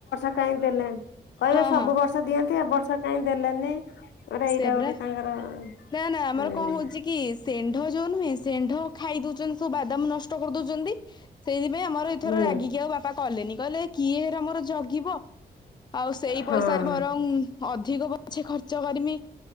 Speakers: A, on the left (about 80°); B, on the left (about 25°).
A: କାଇଁ ଦେଲେନି କହିବେ
B: ହଁ
A: ସବୁ
B: ହଁ
A: ବର୍ଷ ଦିଅନ୍ତି ଏ ବର୍ଷ କାଇଁ ଦେଲେନି। ଗୋଟେ
B: ସେୟାପରା
A: ଏଇଟା ଗୋଟେ ତାଙ୍କର
B: ନା ନା ଆମର
A: ହୁଁ
B: କଣ ହଉଛି କି? ଶେଣ୍ଢ ଯୋଉ ନୁହେଁ ଶେଣ୍ଢ ଖାଇ ଦଉଛନ୍ତି ସବୁ ବାଦାମ ନଷ୍ଟ କରି ଦଉଛନ୍ତି। ସେଇଥିପାଇଁ ଆମର ଏଇଥର
A: ହୁଁ
B: ରାଗିକି ଆଉ ବାପା କଲେନି କହିଲେ କିଏ ହେରା ମୋର ଜଗିବ। ଆଉ ସେଇ
A: ହଁ
B: ପଇସାରେ ବରଂ ଅଧିକ ପଛେ ଖର୍ଚ୍ଚ କରିମି